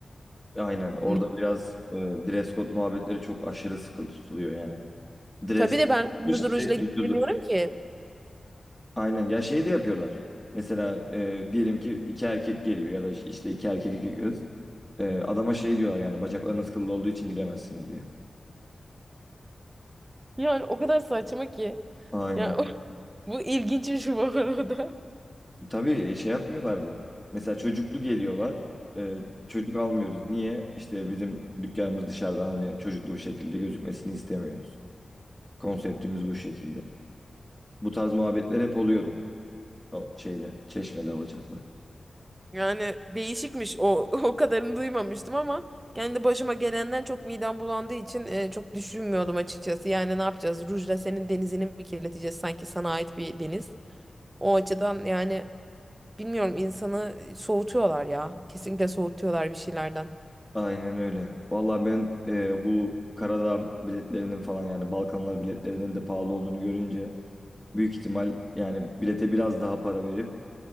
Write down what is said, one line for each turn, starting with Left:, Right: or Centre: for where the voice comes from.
Centre: Aynen orada
Right: Ne?
Centre: biraz e, dress code muhabbetleri çok aşırı sıkı tutuluyor yani. Dress
Right: Tabii de
Centre: yapmış
Right: ben kırmızı rujla
Centre: direkt
Right: girmiyorum
Centre: vücudu.
Right: ki.
Centre: Aynen ya şey de yapıyorlar. Mesela e, diyelim ki iki erkek geliyor ya da işte iki erkek iki kız. E, adama şey diyorlar yani bacaklarınız kıllı olduğu için giremezsiniz diyor.
Right: Yani o kadar saçma ki.
Centre: Aynen.
Right: Ya <laughs> bu ilginçmiş bu arada.
Centre: Tabii e, şey yapmıyorlardı. Mesela çocuklu geliyorlar. E, çocuk almıyoruz. Niye? İşte bizim dükkanımız dışarıdan hani çocuklu bir şekilde gözükmesini istemiyoruz. Konseptimiz bu şekilde. Bu tarz muhabbetler hep oluyordu. O şeyde, Çeşme'de, Alaçatı'da.
Right: Yani değişikmiş o <laughs> o kadarını duymamıştım ama kendi başıma gelenden çok midem bulandığı için e, çok düşünmüyordum açıkçası. Yani ne yapacağız? Rujla senin denizini mi kirleteceğiz sanki sana ait bir deniz? O açıdan yani Bilmiyorum insanı soğutuyorlar ya. Kesinlikle soğutuyorlar bir şeylerden.
Centre: Aynen öyle. Vallahi ben e, bu Karadağ biletlerinin falan yani Balkanlar biletlerinin de pahalı olduğunu görünce büyük ihtimal yani bilete biraz daha para verip